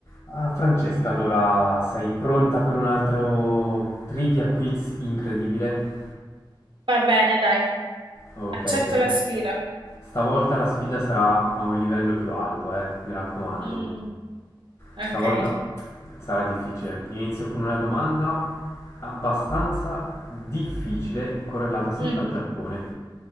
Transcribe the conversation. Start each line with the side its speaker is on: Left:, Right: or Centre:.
Left: Ah, Francesca, allora sei pronta per un altro trivia quiz incredibile?
Right: Va bene, dai,
Left: Ok,
Right: accetto
Left: perché
Right: la sfida.
Left: stavolta la sfida sarà a un livello più alto, eh, mi raccomando.
Right: Mm, Ok.
Left: Stavolta sarà difficile. Inizio con una domanda abbastanza difficile, correlata sempre
Right: mm,
Left: al Giappone.